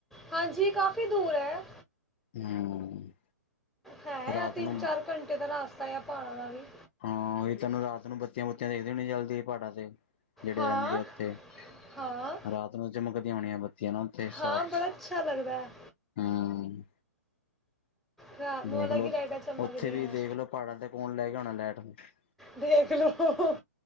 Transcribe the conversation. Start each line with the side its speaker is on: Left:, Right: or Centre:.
Centre: ਹਾਂਜੀ ਕਾਫੀ ਦੂਰ ਹੈ।
Left: ਹਮ
Centre: ਹੈ
Left: ਰਾਤ
Centre: ਆ ਤਿੰਨ
Left: ਨੂੰ
Centre: ਚਾਰ ਘੰਟੇ ਦਾ ਰਸਤਾ, ਪਹਾਣਾ ਦਾ ਵੀ-
Left: ਹਾਂ ਉ ਤੈਨੂੰ ਰਾਤ ਨੂੰ ਬਤੀਆਂ ਬੁੱਤੀਆਂ ਦੇਖਦੇ ਹੋਣੀ ਜਲਦੀ, ਪਹਾੜਾਂ ਤੇ ਜਿਹੜੇ
Centre: ਹਾਂ
Left: ਰਹਿਦੇ ਉਥੇ-
Centre: ਹਾਂ
Left: ਰਾਤ ਨੂੰ ਚਮਕਦੀਆਂ ਹੋਣੀਆਂ ਬੱਤੀਆਂ ਨਾ ਉਥੇ
Centre: ਹਾਂ
Left: ਸਾਫ਼-
Centre: ਬੜਾ ਅੱਛਾ ਲੱਗਦਾ ਹੈ
Left: ਹਮ
Centre: ਰਾਤ ਨੂੰ
Left: ਦੇਖਲੋ,
Centre: ਅਲੱਗ ਹੀ ਲਾਈਟਾਂ ਚਮਕਦੀਆਂ
Left: ਓਥੇ ਵੀ
Centre: ਹੈ।
Left: ਦੇਖਲੋ ਪਹਾੜਾਂ ਤੇ ਕੌਣ ਲੈ ਗਿਆ ਹੋਣਾ ਲੈਟ -
Centre: ਦੇਖਲੋ-